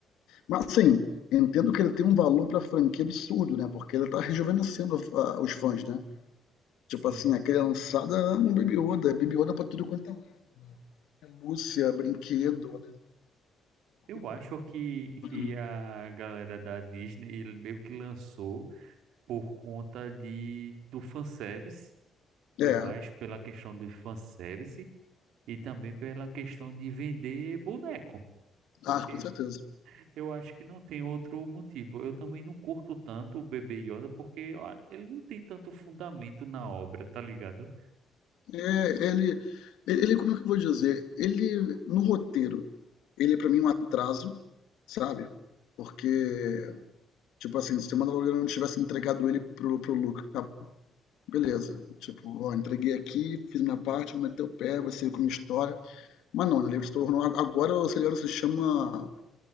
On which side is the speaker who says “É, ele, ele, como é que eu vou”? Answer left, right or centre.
Left